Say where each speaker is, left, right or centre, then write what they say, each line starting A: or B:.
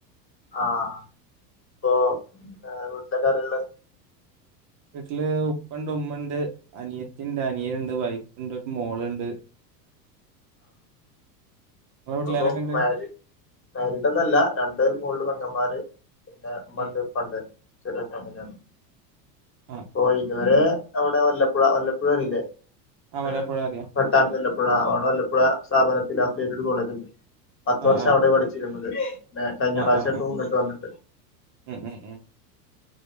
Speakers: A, on the left; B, on the right.
A: ആഹ് ഇപ്പൊ വീട്ടിലൊക്കെ ആരള്ള
B: വീട്ടില് ഉപ്പ ഉണ്ട് ഉമ്മ ഉണ്ട് അനിയത്തിണ്ട് അനിയൻ ഉണ്ട് വൈഫുണ്ട് ഒരു മോളുണ്ട് <inaudible> നിങ്ങളെ വീട്ടിൽ
A: ബ്രോ
B: ആരൊക്കെണ്ട്?
A: മാര്യേജ് മാരിഡ് ഒന്നുവല്ല രണ്ട് മോളിൽ പെങ്ങന്മാര് പിന്നെ ഉമ്മണ്ട്
B: ഉം.
A: ഇപ്പണ്ട് ചെറിയ ഫാമിലിയാണ്
B: ആ.
A: ഓഹ് ഇതുവരെ അവിടെ വല്ലപ്പുഴ വല്ലപ്പുഴ അറിയില്ലേ
B: ആ മലയാളപ്പുഴ
A: ഏഹ്
B: അറിയാം.
A: പട്ടാമ്പി വല്ലപ്പുഴ അവിടെ വല്ല പ്പുഴ സ്ഥാപനത്തിൽ അഫ്ലേറ്റ് ഒരു കോളേജുണ്ട് പത്ത്
B: ആ
A: വർഷം
B: ആ.
A: അവിടെ പഠിച്ചിരുന്നത് പിന്നെ കഴിഞ്ഞ
B: ആ
A: പ്രാവിശ്യ
B: ആ
A: ഇപ്പോ
B: ആ.
A: ഇങ്ങട്ട് വന്നിട്ട്
B: ഉം ഉം ഉം.